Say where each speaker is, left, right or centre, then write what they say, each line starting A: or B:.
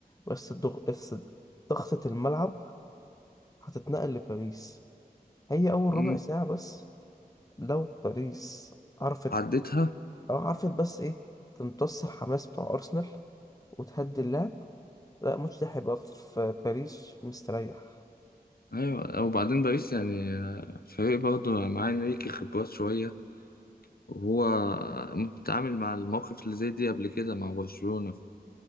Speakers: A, on the left; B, on the left.
A: بس الضغ... بس ضغطة الملعب هتتنقل لباريس هي اول ربع
B: مم.
A: ساعه بس لو باريس عرفت
B: عدتها
A: او عرفت بس ايه تمتص الحماس بتاع ارسنال وتهدي اللعب لا الماتش ده هيبقى في باريس مستريح
B: ايوه وبعدين باريس يعني آه، فريق برضه معاه انريكي خبرات شويه وهو متعامل مع المواقف اللي زي دي قبل كده مع برشلونه